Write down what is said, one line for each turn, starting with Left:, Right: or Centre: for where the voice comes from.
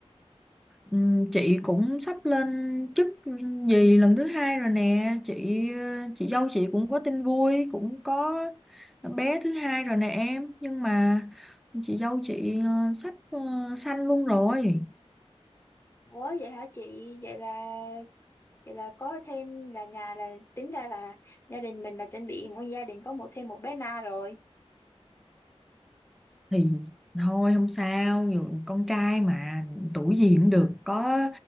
Centre: Ừm, chị cũng sắp lên chức gì lần thứ hai rồi nè chị chị dâu chị cũng có tin vui cũng có bé thứ hai rồi nè em nhưng mà chị dâu chị ờ, sắp ờ, sanh luôn rồi
Left: Ủa vậy hả chị? Vậy là vậy là có thêm là nhà là tính ra là gia đình mình là chuẩn bị mỗi gia đình có một thêm một bé Na rồi.
Centre: thì thôi không sao dù con trai mà tuổi gì cũng được có